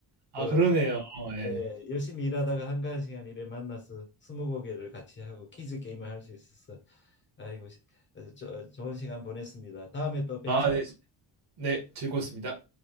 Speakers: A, on the right (about 60°); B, on the left (about 25°).
A: 아,
B: 어,
A: 그러네요. 예.
B: 네, 열심히 일하다가 한가한 시간 일에 만나서 스무고개를 같이 하고 퀴즈 게임을 할 수 있어서 아이고 시- 어, 저, 좋은 시간 보냈습니다. 다음에 또 뵙시.
A: 아, 네. 네, 즐거웠습니다.